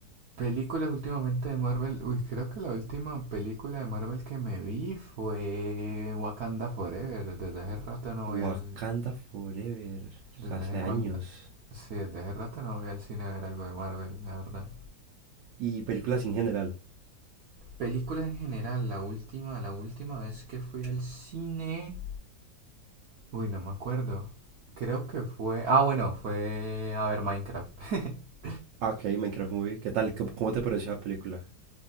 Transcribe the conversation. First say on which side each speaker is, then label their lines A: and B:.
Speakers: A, on the right; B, on the right.
A: Películas últimamente de Marvel. Uy, creo que la última película de Marvel que me vi fue Wakanda Forever. Desde hace rato no
B: Wakanda
A: voy al...
B: Forever,
A: Desde
B: hace
A: hace
B: años.
A: cuando Sí, desde hace rato no voy al cine a ver algo de Marvel, la verdad.
B: Y películas en general.
A: Películas en general, la última, la última vez que fui al cine... Uy, no me acuerdo. Creo que fue... Ah, bueno, fue a ver Minecraft. <laughs>
B: Ah, ok, Minecraft Movie. ¿Qué tal? ¿Cómo, cómo te pareció la película?